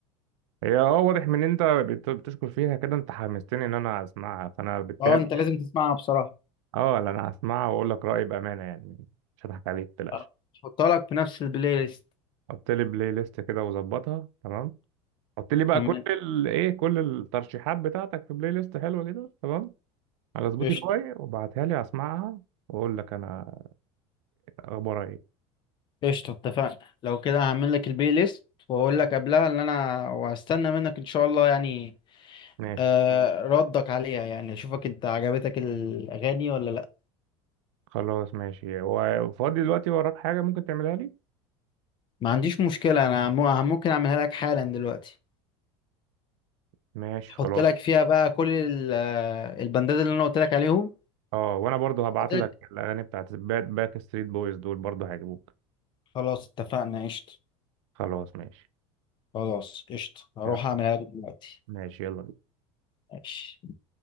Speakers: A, on the right; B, on the left.
A: هي اه واضح من إن انت بت- بتشكر فيها كده انت حمستني ان انا اسمعها فانا بالتالي
B: اه انت لازم تسمعها بصراحه
A: اه لا انا هسمعها واقول لك رايي بامانه يعني مش هضحك عليك متقلقش
B: آه، هحطها لك في نفس البلاي ليست
A: حط لي بلاي ليست كده وظبطها تمام حط لي بقى
B: تمام
A: كل ال... ايه كل الترشيحات بتاعتك في بلاي ليست حلوه كده تمام على سبوتيفاي
B: قشطة.
A: وابعتها لي اسمعها واقول لك انا اخبارها ايه
B: قشطة اتفقنا لو كده هعمل لك البلاي ليست واقول لك قبلها ان انا وهستنى منك ان شاء الله يعني
A: ماشي
B: آه ردك عليها يعني اشوفك انت عجبتك الاغاني ولا لا
A: خلاص ماشي وفاضي دلوقتي وراك حاجه ممكن تعملها لي
B: ما عنديش مشكلة انا مو- ممكن اعملها لك حالا دلوقتي
A: ماشي
B: احط
A: خلاص
B: لك فيها بقى كل ال- آه، البندات اللي انا قلت لك عليهم
A: اه وانا برضو هبعت
B: قلت لك
A: لك الاغاني بتاعت باك ستريت بويز دول برضو هيعجبوك
B: خلاص اتفقنا قشطة
A: خلاص ماشي
B: خلاص قشطة هروح
A: يلا
B: اعملها لك دلوقتي
A: ماشي يلا
B: ماشي